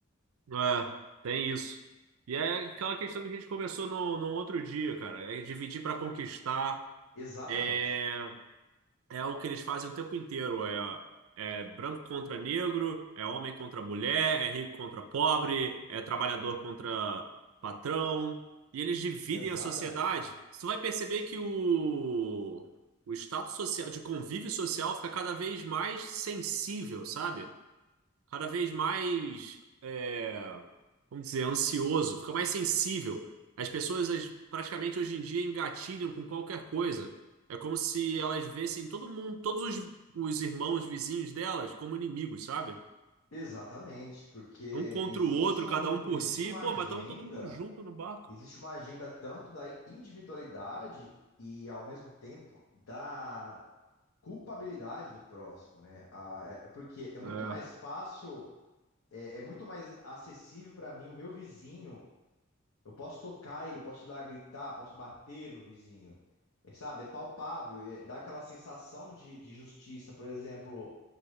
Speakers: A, on the right (about 80°); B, on the left (about 80°).
A: é, tem isso. E é aquela questão que a gente conversou no, no outro dia, cara. É dividir para conquistar.
B: Exatamente.
A: é É o que eles fazem o tempo inteiro. É, é branco contra negro, é homem contra mulher, é rico contra pobre, é trabalhador contra patrão. E eles dividem
B: Exatamente.
A: a sociedade. Você vai perceber que o, o estado social, de convívio social fica cada vez mais sensível, sabe? cada vez mais, é, vamos dizer, ansioso, fica mais sensível. As pessoas as- praticamente hoje em dia engatilham com qualquer coisa. É como se elas vissem todo mundo, todos os, os irmãos vizinhos delas como inimigos, sabe?
B: Exatamente, porque
A: Um contra
B: existe
A: o outro,
B: um,
A: cada um por
B: existe
A: si.
B: uma
A: Pô,
B: agenda,
A: mas estamos todo mundo junto no barco.
B: existe uma agenda tanto da individualidade e ao mesmo tempo da culpabilidade do próximo, né? Ah, é é porque é muito
A: É.
B: mais fácil, é, é muito mais acessível para mim o meu vizinho. Eu posso tocar ele, posso ir lá gritar, posso bater no meu vizinho. É, sabe? É palpável, é- dá aquela sensação de, de justiça, por exemplo